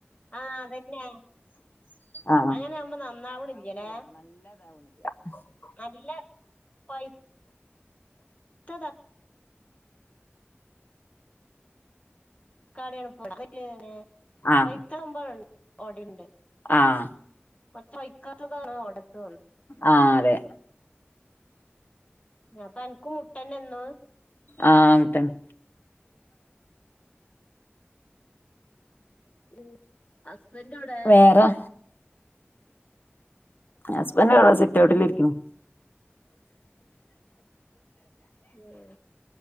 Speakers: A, on the left (about 30°); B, on the left (about 50°).
A: ആ അതെന്നെ
B: ആഹ്
A: അങ്ങനാമ്പോ നന്നാവ്ണില്ല ല്ലേ
B: <inaudible>
A: <unintelligible> ത്തതാ <unintelligible>
B: ആഹ്
A: പൈത്തളമ്പഴ് ഓടിണ്ട്
B: ആഹ്
A: കുറച്ച് <unintelligible>
B: ആ അതെ
A: ഞപ്പൊ അൻക്കും മുട്ടെന്നെ ഇന്നും
B: ആ മുട്ടെന്നെ
A: ഉം ഹസ്ബൻ്റേടെ
B: വേറെ ഹസ്ബൻഡ് എവിടെ സിറ്റൗ ട്ടിലിരിക്ക്ണു
A: ഉം